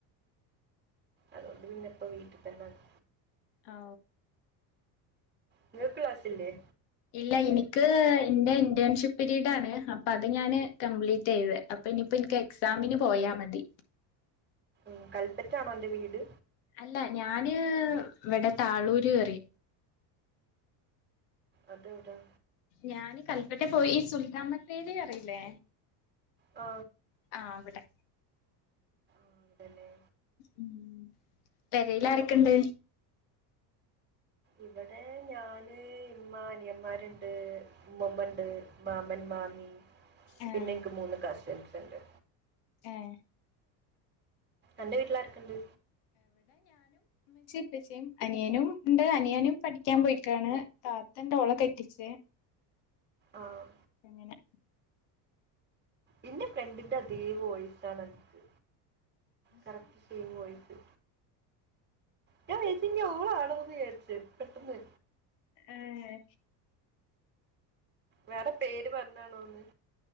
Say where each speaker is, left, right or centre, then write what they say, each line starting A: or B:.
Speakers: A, on the right (about 20°); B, on the left (about 75°).
A: അതുകൊണ്ട് പിന്നെ ഇപ്പ വീട്ടിത്തന്നാണ്
B: ഓ
A: നിങ്ങൾക്ക്‌ ക്ലാസ്സില്ലേ?
B: ഇല്ല എനിക്ക് എന്റെ ഇന്റേൺഷിപ്പ് പീരീഡ് ആണ് അപ്പൊ അത് ഞാന് കംപ്ലീറ്റ് എയ്ത് അപ്പൊ ഇനിപ്പോ എനിക്ക് എക്സാമിന് പോയാ മതി.
A: മ് കൽപ്പറ്റാണോ അന്റെ വീട്?
B: അല്ല ഞാന് ഇവിടെ താളൂര് കേറി
A: അതെവിടാ?
B: ഞാന് കല്പ്പറ്റ പോയി ഈ സുൽത്താൻ ബത്തേരി അറിയില്ലേ?
A: ആ
B: ആഹ് അവിടെ
A: ആ അവിടല്ലേ
B: ഉം പെരയില് ആരൊക്കുണ്ട്.
A: ഇവിടെ ഞാന് ഇമ്മ അനിയന്മാരുണ്ട് ഉമ്മമ്മ ഇണ്ട് മാമൻ മാമി
B: ഏഹ്
A: പിന്നെ എനിക്ക് മൂന്ന് കാശുണ്ട് ണ്ട്
B: ആഹ്
A: അന്റെ വീട്ടിലാരക്കണ്ട്?
B: പ്പച്ചിം അനിയനും ണ്ട് അനിയനും പഠിക്കാൻ പോയിരിക്കാണ് താത്തെണ്ട് ഓളെ കെട്ടിച്ച്
A: ആഹ്
B: അങ്ങനെ
A: എന്റെ ഫ്രണ്ടിന്റെ അതേ വോയ്‌സാണ് അൻക്ക് കറക്റ്റ് സെയിം വോയിസ് ഞാൻ വേച്ച് ഇനി ഓളാണോ ഞാൻ ചാരിച്ചു പെട്ടന്ന്
B: ഏഹ്
A: വേറെ പേര് പറഞ്ഞാണോന്ന്